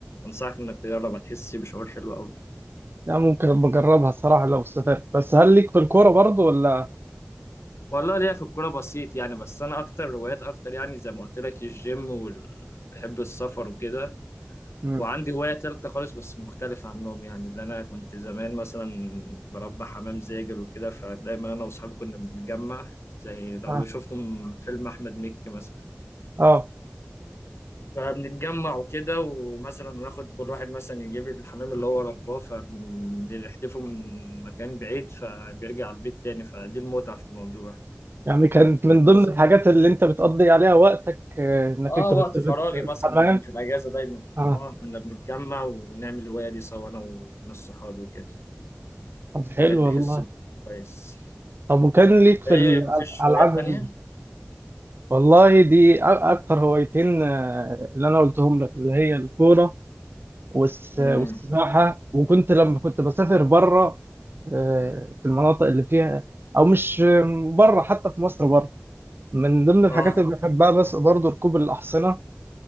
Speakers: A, on the left; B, on the right.
A: انصحك انك تجرب هتحس بشعور حلو قوي
B: لا ممكن بجربها الصراحة لو سافرت بس هل ليك في الكورة برضو ولا
A: والله ليا في الكورة بسيط يعني بس انا اكتر هوايات اكتر يعني زي ما قلت لك الجيم وال... بحب السفر وكده
B: مم.
A: وعندي هواية تالتة خالص بس مختلفة عنهم يعني اللي أنا كنت زمان مثلا بربي حمام زاجل وكده فدايما أنا وأصحابي كنا بنتجمع زي لو
B: اه
A: شفتم فيلم أحمد مكي مثلا
B: اه
A: فبنتجمع وكده ومثلا ناخد كل واحد مثلا يجيب لي الحمام اللي هو رباه فبنحدفه من مكان بعيد فبيرجع البيت تاني فدي المتعة في الموضوع
B: يعني كانت من
A: انك
B: ضمن
A: مثلا
B: الحاجات اللي انت بتقضي عليها وقتك آه، انك
A: اه
B: انت كنت
A: وقت فراغي
B: بتتحمل
A: مثلا ده كان في الاجازة دايما
B: اه
A: اه كنا بنتجمع ونعمل الهواية دي سوا انا وناس صحابي وكده
B: طب حلو
A: الواحد بيحس
B: والله
A: كويس
B: طب وكان ليك
A: انت
B: في
A: ايه
B: الألعاب
A: مفيش هوايات تانية؟
B: ال- والله دي أ- أكتر هوايتين آه، اللي أنا قلتهم لك اللي هي الكورة والس-
A: امم
B: والسباحة وكنت لما كنت بسافر بره آه، في المناطق اللي فيها أو مش بره حتى في مصر بره من ضمن الحاجات
A: اه
B: اللي بحبها بس برضه ركوب الأحصنة